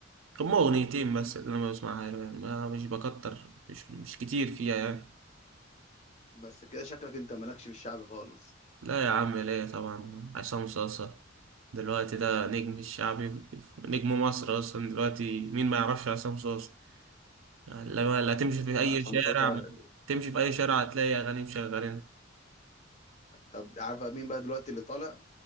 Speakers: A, on the right (about 75°); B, on the left (about 35°).
A: هما اغنيتين بس اللي انا بسمعها له يعني ما مش بكتر مش مش كتير فيها يعني
B: بس كده شكلك انت مالكش في الشعبي خالص
A: لا يا عم ليه طبعا عصام صاصة دلوقتي ده نجم الشعبي نجم مصر اصلا دلوقتي مين ما يعرفش عصام صاصة لما لا تمشي في اي
B: عصام
A: شارع
B: صاصا
A: تمشي في اي شارع هتلاقي اغاني مشغلين
B: طب عارف مين بقى دلوقتي اللي طالع